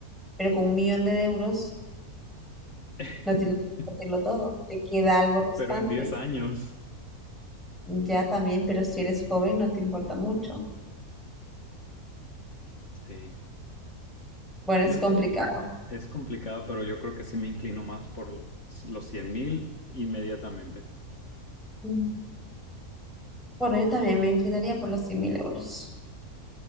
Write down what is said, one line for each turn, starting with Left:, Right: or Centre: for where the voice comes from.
Centre: Pero con un millón de euros
Left: <laughs>
Centre: No tienes que compartirlo todo, te queda algo restante.
Left: Pero en 10 años.
Centre: Ya también, pero si eres joven no te importa mucho.
Left: Sí.
Centre: Bueno,
Left: Yo,
Centre: es complicado.
Left: Es complicado, pero yo creo que sí me inclino más por los 100 mil inmediatamente.
Centre: Mm. Bueno, yo también me inclinaría por los 100 mil euros,